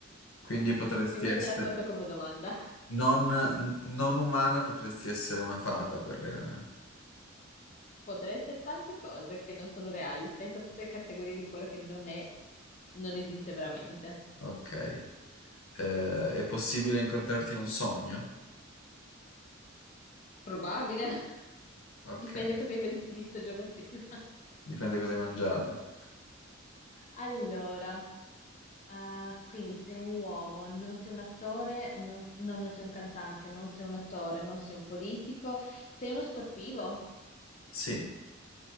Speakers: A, on the left; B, on the left.
A: Quindi potresti
B: Quindi non
A: essere
B: te la conto come domanda.
A: non, n- non umana, potresti essere una fata per... eh,
B: Potrei essere tante cose che non sono reali. Pensa a tutte le categorie di quello che non è, non esiste veramente.
A: Ok. Eh, è possibile incontrarti in un sogno?
B: Probabile. <laughs>
A: Ok,
B: Dipende cosa hai vi- visto il giorno prima. <laughs>
A: dipende cosa hai mangiato.
B: Allora, ah, quindi sei un uomo, non sei un attore, non, no, non sei un cantante, non sei un attore, non sei un politico, sei uno sportivo?
A: Sì,